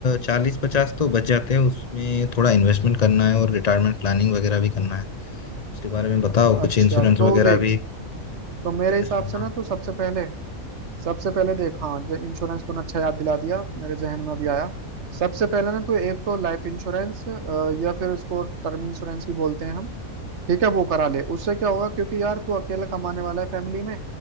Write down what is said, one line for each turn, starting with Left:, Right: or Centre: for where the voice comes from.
Left: चालीस पचास तो बच जाते हैं उसमें थोड़ा इन्वेस्टमेंट करना है और रिटायरमेंट प्लानिंग वगैरह भी करना है उसके बारे में बताओ
Right: अच्छा
Left: कुछ इंश्योरेंस
Right: तो
Left: वगैरह
Right: देख
Left: भी
Right: तो मेरे
Left: सजेस्ट
Right: हिसाब
Left: करना
Right: से ना तू सबसे पहले सबसे पहले देख हाँ जो इंश्योरेंस तूने अच्छा याद दिला दिया मेरे जहन में अभी आया सबसे पहले ना तो एक तो लाइफ इंश्योरेंस या फिर उसको टर्म इंश्योरेंस भी बोलते हैं हम ठीक है वो करा ले उससे क्या होगा क्योंकि यार तू अकेला कमाने वाला है फैमिली में